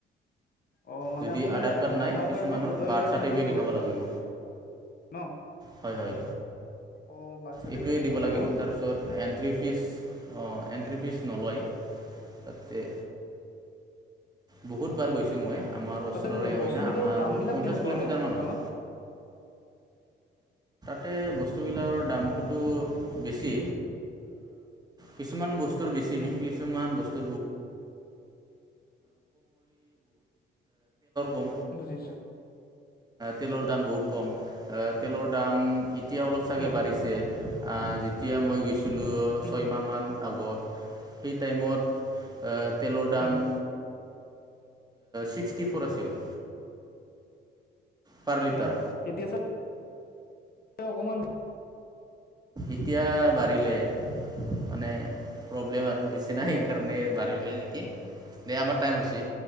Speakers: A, on the left; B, on the right.
A: অ' মানে
B: যদি
A: আপোনাৰ
B: আধাৰ কাৰ্ড নাই
A: আধাৰ
B: কিছুমানৰ
A: কাৰ্ড বা ভোটাৰ
B: বাৰ্থ
A: কাৰ্ড
B: চাৰ্টিফিকেট
A: তাতে চলে
B: দেখাব লাগিব
A: ন
B: হয় হয়
A: অ বাৰ্থ চাৰ্টিফিকেট
B: এইটোৱে
A: দেখাব
B: দিব
A: লাগে
B: লাগিব
A: ন
B: তাৰপিছত এণ্ট্ৰি ফিজ অ' এণ্ট্ৰি পিচ নলয় তাতে বহুত বাৰ গৈছো আমাৰ ওচৰৰে
A: তাতে
B: হয়
A: বস্তুবোৰৰ
B: ন আমাৰ
A: দাম বিলাক
B: পঞ্চাছ
A: কেনেকুৱানো
B: কিলোমিটাৰ
A: ভূটানত
B: মান হয় ততে বস্তুবিলাকৰ দামটোতো বেছি কিছুমান বস বেছি
A: হুম
B: কিছুমান বস্তু ব
A: বুজিছ
B: তেলৰ দাম বহুত কম তেলৰ দাম এতিয়া অলপ চাগে
A: হুম
B: বাঢ়িছে। যেতিয়া মই গৈছিলোঁ
A: হুম
B: ছয়মাহমান আগত সেই টাইমত তেলৰ দাম
A: হুম
B: ছিক্সটি ফ'ৰ আছিল। পাৰ লিটাৰ
A: উম এতিয়া চ অকমান
B: এতিয়া বাঢ়িলে মানে প্ৰব্লেম নিচিনাাই সেইকাৰণে বাঢ়িলে নেকি দে আমাৰ টাইম হৈছে।